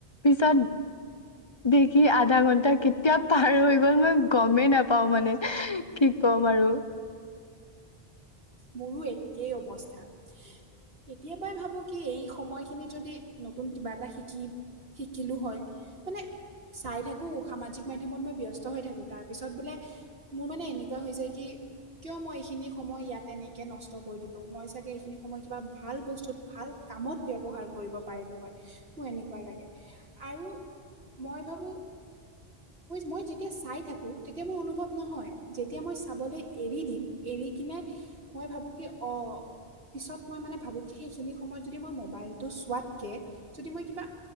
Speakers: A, on the left; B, on the right.
A: পিছত দেখি আধা ঘন্টা কেতিয়া পাৰ হৈ গ'ল মই গমেই নাপাও মানে। কি ক'ম আৰু।
B: মোৰো একেই অৱস্থা। কেতিয়াবা ভাবো কি এই সময়খিনি যদি নতুন কিবা এটা শিকিম শিকিলো হয়। মানে চাই থাকোঁ সামাজিক মাধ্যমত মই ব্যস্ত হৈ থাকোঁ। তাৰপিছত বোলে মোৰ মানে এনেকুৱা হৈ যায় কি কিয় মই এইখিনি সময় ইয়াত তেনেকে নষ্ট কৰি দিলো। মই চাগে এইখিনি সময় কিবা ভাল বস্তুত, ভাল কামত ব্যৱহাৰ কৰিব পাৰিম। মোৰ এনেকুৱা লাগে আৰু মই ভাবো মই যেতিয়া চাই থাকো তেতিয়া মোৰ অনুভৱ নহয় যেতিয়া মই চাবলৈ এৰি দিম এৰি কিনে মই ভাবো কি অ পিছত মই মানে ভাবোঁ কি সেইখিনি সময়ত যদি মই মোবাইলটো চোৱাতকে যদি মই কিবা